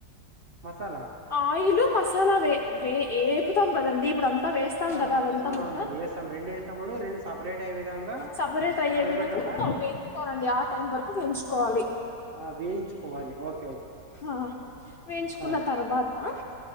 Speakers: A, on the right; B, on the left.
A: మసాలా
B: ఆయిల్ మసాలావే వే ఏయిపుతాం కదండి ఇప్పుడు అంత అంత వేస్తాం
A: ఆ
B: కదా అదంతా
A: అవునవునండి
B: ముద్ద
A: వేస్తాం రెండు వేసినప్పుడు రెండు సపరేట్ అయ్యే విధంగా
B: సపరేట్ అయ్యే
A: మరగబెట్టాలా
B: విధంగా వేయించుకోవాలండి ఆ టైం వరకు వేయించుకోవాలి
A: ఆ వేయించుకోవాలి ఓకే ఓకే
B: హ వేయిన్చుకున్న
A: ఆ
B: తర్వాత్ త